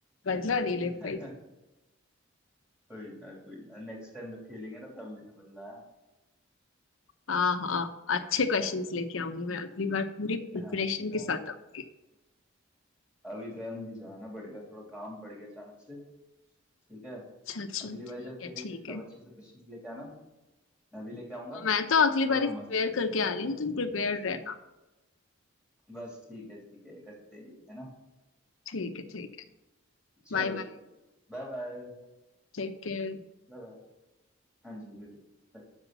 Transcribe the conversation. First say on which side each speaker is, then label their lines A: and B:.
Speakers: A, on the left; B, in the centre.
A: बदला नहीं ले
B: <laughs>
A: पाई
B: कोई ना कोई ना नेक्स्ट टाइम जब खेलेंगे ना तब लेना बदला
A: हाँ हाँ अच्छे क्वेश्चंस लेके आऊंगी मैं अगली बार पूरी प्रिपरेशन
B: हाँ जी
A: के
B: हाँ।
A: साथ आऊंगी
B: अभी तो यार मुझे जाना पड़ेगा थोड़ा काम पड़ गया अचानक से ठीक है
A: अच्छा अच्छा
B: अगली बारी
A: ठीक
B: जब खेलेंगे
A: है ठीक
B: तब
A: है
B: अच्छे से क्वेश्चंस लेके आना मैं भी लेके आऊंगा
A: हाँ, मैं तो अगली बार
B: दोनों
A: ही प्रिपेयर
B: मस्त
A: करके आ रही हूँ तुम प्रिपेयर रहना
B: बस ठीक है ठीक है करते हैं यही, है ना
A: ठीक है ठीक है
B: चलो
A: Bye bye
B: बाय बाय
A: Take care
B: Bye bye हाँ जी बेटू